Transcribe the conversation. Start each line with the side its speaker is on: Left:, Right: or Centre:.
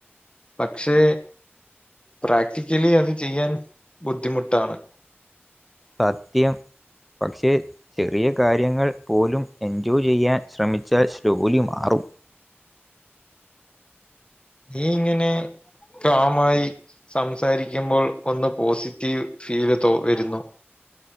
Left: പക്ഷേ, പ്രാക്ടിക്കലി അത് ചെയ്യാൻ ബുദ്ധിമുട്ടാണ്.
Centre: സത്യം പക്ഷേ, ചെറിയ കാര്യങ്ങൾ പോലും എൻജോയ് ചെയ്യാൻ ശ്രമിച്ചാൽ സ് ലോലി മാറും.
Left: ഈ ഇങ്ങനെ കാമായി സംസാരിക്കുമ്പോൾ ഒന്ന് പോസിറ്റീവ് ഫീല് തോ വരുന്നു.